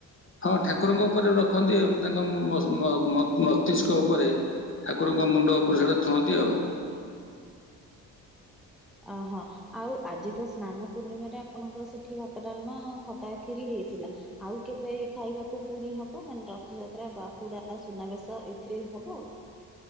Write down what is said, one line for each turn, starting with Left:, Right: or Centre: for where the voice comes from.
Left: ହଁ ଠାକୁରଙ୍କ ଉପରେ ରଖନ୍ତି ତାଙ୍କ ମ-ମ-ମସ୍ତିଷ୍କ ଉପରେ ଠାକୁରଙ୍କ ମୁଣ୍ଡ ଉପରେ ସେଇଟା ଥୁଅନ୍ତି ଆଉ।
Centre: ଓ ହଁ। ଆଉ ଆଜି ତ ସ୍ନାନ ପୂର୍ଣ୍ଣିମାରେ ଆପଣଙ୍କର ସେଠି ଭାତ, ଡାଲମା, ଖଟା ଖିରି ହେଇଥିଲା। ଆଉ କେବେ ଖାଇବାକୁ ପୁଣି ହବ ମାନେ ରଥଯାତ୍ରା, ବାହୁଡା, ସୁନାବେଶ ଏଥିରେ ହବ?